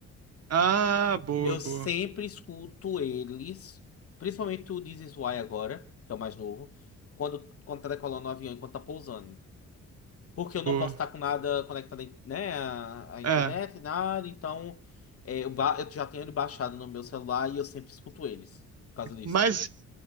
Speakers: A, on the right; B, on the left.
A: Ah, boa,
B: Eu
A: boa,
B: sempre escuto eles, principalmente o This Is Why agora, que é o mais novo, quando, quando tá decolando o avião, enquanto tá pousando. Porque eu não
A: boa.
B: posso estar com nada conectado, em- né, à, à internet,
A: É.
B: nada, então é, eu, ba- eu já tenho ele baixado no meu celular e eu sempre escuto eles, por causa disso.
A: Mas